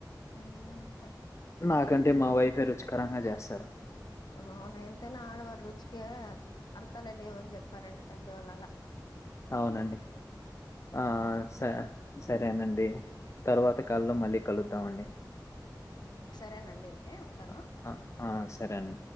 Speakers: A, on the left; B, on the left.
A: ఉమ్ ఒకె
B: ఆ గండ్ అంటే మా వైఫె రుచికరంగ చేస్తారు.
A: అ అవున ఎంతైనా ఆడవాారు రుచిికే అర్థాలే లేవుని చెప్పారండి పెద్దవాళ్ళు అలా
B: అవునండి ఆ
A: మ్మ్
B: శ సరేనండి తర్వాత కాల్లో మళ్ళీ కలుద్దామండి
A: ఉమ్ సరేనండి అయితే ఉంటాను
B: అ అ ఆ! సరేనండి.